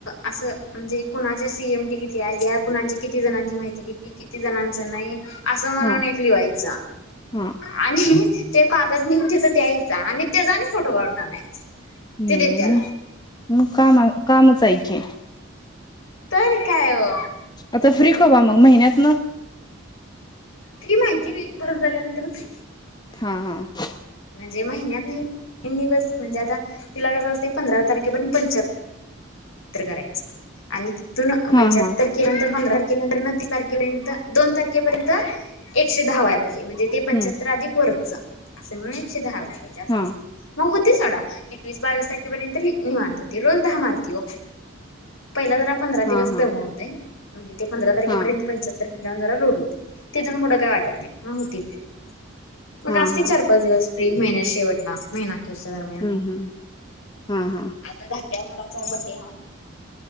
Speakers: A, on the left; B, on the left.
A: असं म्हणजे कुणाच्या सी एम टी किती आल्या? कुणाची किती जणांची माहिती घेतली? किती जणांचं नाही असं म्हणून
B: हा
A: एक लिव्हायच.
B: हा
A: आणि ते कागद नेऊन तिथं द्यायच आणि त्याजा आणि फोटो काढून आणायच.
B: हम्म
A: ते देत्याला.
B: मग काम कामच आहे की
A: तर काय ओ.
B: आता फ्री कवा मग महिन्यातन?
A: फ्री माहिती नाही भरून झाल्यानंतरच <unintelligible>
B: हा हा.
A: म्हणजे महिन्यात <unintelligible> तीन दिवस म्हणजे आता, तिला कसं असतय पंधरा तारखेपर्यंत पंच्याहत्तर तर करायचं, आणि तिथून
B: हा
A: पंच्याहत्तर
B: हा
A: <unintelligible> पंधरा तारखेनंतरन तीस तारखेपर्यंत दोन तारखेपर्यंत, एकशे दहा व्हाय पाहिजे म्हणजे ते पंच्याहत्तर
B: हम्म
A: अधिक वरच. अस मिळून एकशे दहा वाहिला पाहिजे अस
B: हा
A: अस, मग होती सोडा, एकवीस बावीस तारखेपर्यंत निवांत होती रोज दहा मारती ओ, पहिला जरा पंधरा
B: हा
A: दिवस
B: हा
A: दमवतय. म्हणजे ते पंधरा तारखेपर्यंत
B: हा
A: पंच्याहत्तर मनल्यावर जरा लोड होतय, तिथून पुढं काय वाटत नाही. हा होती फ्री, मग
B: हा
A: असतय
B: हा
A: चार पाच दिवस फ्री महिन्याच्या शेवटला. महिनाखेरच्या दरम्यान,
B: हम्म हम्म हा हा
A: आता धाकट्या मुलाचा बड्डे हाय.